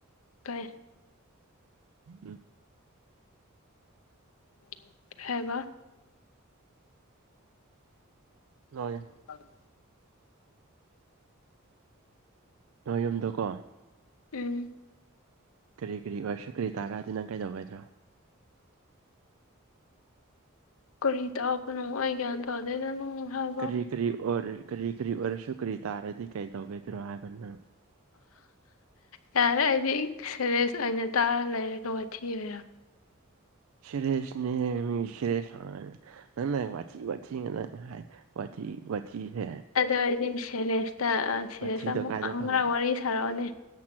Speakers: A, on the left; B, on the right.
A: ꯀꯩ
B: ꯎꯝ
A: ꯎꯝ <inaudible> ꯀꯩ ꯍꯥꯏꯕ
B: ꯍꯣꯏ
A: ꯑꯗꯨ
B: ꯅꯣꯏ ꯌꯨꯝꯗꯣꯀꯣ
A: ꯎꯝ
B: ꯀꯔꯤ ꯀꯔꯤ ꯑꯣꯏꯔꯁꯨ ꯀꯔꯤ ꯇꯥꯔꯛꯑꯗꯤ ꯅꯪ ꯀꯩꯗꯧꯒꯗ꯭ꯔꯣ
A: ꯀꯔꯤ ꯇꯥꯛꯄꯅꯣ ꯑꯩ ꯒ꯭ꯌꯥꯟ ꯇꯥꯗꯦꯗ ꯅꯪ ꯍꯥꯏꯕ
B: ꯀꯔꯤ ꯀꯔꯤ ꯑꯣꯏꯔ ꯀꯔꯤ ꯀꯔꯤ ꯑꯣꯏꯔꯁꯨ ꯀꯔꯤ ꯇꯥꯔꯗꯤ ꯀꯔꯤ ꯇꯧꯒꯗ꯭ꯔꯣ ꯍꯥꯏꯕꯅꯪ
A: ꯌꯥꯔꯦ ꯑꯩꯗꯤ ꯁꯦꯔꯦꯁ ꯑꯣꯏꯅ ꯇꯥꯔ ꯂꯩꯔꯒ ꯋꯥꯊꯤ ꯑꯣꯏꯔ
B: ꯁꯦꯔꯦꯁꯅꯦꯍꯦ ꯃꯤ ꯁꯤꯔꯦꯁ ꯃꯤ ꯁꯦꯔꯦꯁ ꯍꯣꯏ ꯅꯥꯪꯅ ꯋꯥꯊꯤ ꯋꯥꯊꯤꯅ ꯉꯥ ꯍꯥꯏ ꯋꯥꯊꯤ ꯋꯥꯊꯤ ꯍꯦ
A: ꯑꯗꯨ ꯑꯩꯗꯤ ꯁꯦꯔꯦꯁꯇꯥ ꯁꯦꯔꯦꯁ
B: ꯋꯥꯊꯤꯗꯣ
A: ꯑꯃꯨꯛꯇꯪꯒ
B: ꯀꯥꯏꯗ ꯐꯪ
A: ꯋꯥꯔꯤ ꯁꯥꯔꯛꯑꯣꯅꯦ